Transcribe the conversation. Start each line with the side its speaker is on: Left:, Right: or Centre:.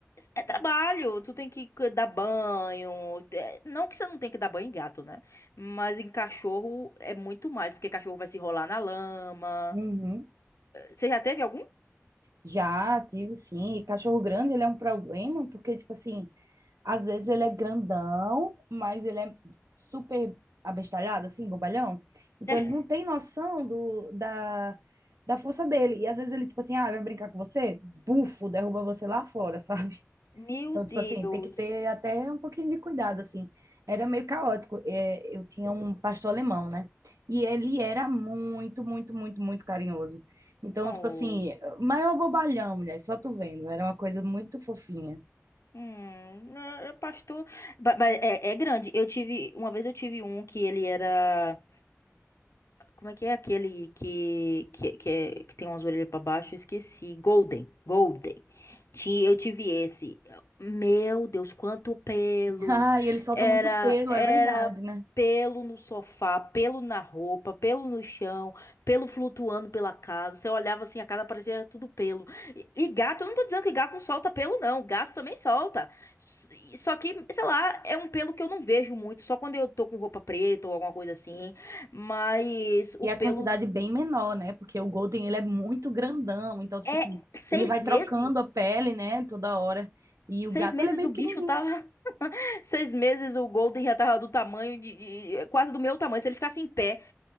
Left: é trabalho. Tu tem que cu- dar banho. É, Não que você não tenha que dar banho em gato, né? Mas em cachorro é muito mais, porque cachorro vai se rolar na lama.
Right: Uhum.
Left: Você já teve algum?
Right: Já tive, sim. E cachorro grande, ele é um problema, porque, tipo assim, Às vezes ele é grandão, mas ele é super abestalhado, assim, bobalhão. Então
Left: <laughs>
Right: ele não tem noção do, da, da força dele. E às vezes ele, tipo assim, ah, vai brincar com você? Bufo, derruba você lá fora, <laughs> sabe?
Left: Meu
Right: Então, tipo
Left: Deus.
Right: assim, tem que ter até um pouquinho de cuidado, assim. Era meio caótico. É, Eu tinha um pastor alemão, né? E ele era muito, muito, muito, muito carinhoso. Então,
Left: Oh.
Right: tipo assim, maior bobalhão, mulher, só tu vendo. Era uma coisa muito fofinha.
Left: Hum, é, é pastor, Ba- mas é, é grande. Eu tive, uma vez eu tive um que ele era Como é que é aquele que, que, que, é- que tem umas orelhas pra baixo? Eu esqueci. Golden. Golden. Ti- Eu tive esse. Meu Deus, quanto pelo!
Right: Ah, e ele solta
Left: Era,
Right: muito pelo,
Left: era
Right: é verdade, né?
Left: pelo no sofá, pelo na roupa, pelo no chão, pelo flutuando pela casa. Você olhava assim, a casa parecia tudo pelo. E, e gato, eu não tô dizendo que gato não solta pelo, não. Gato também solta. S- Só que, sei lá, é um pelo que eu não vejo muito. Só quando eu tô com roupa preta ou alguma coisa assim. Mas o
Right: E
Left: pelo.
Right: a quantidade é bem menor, né? Porque o Golden, ele é muito grandão, então, tipo
Left: É
Right: assim,
Left: seis
Right: ele vai
Left: meses?
Right: trocando a pele, né, toda hora. E
Left: Seis
Right: o gato,
Left: meses
Right: ele é bem
Left: o
Right: pequenininho.
Left: bicho tava. <laughs> Seis meses o Golden já tava do tamanho de, de- Quase do meu tamanho. Se ele ficasse em pé,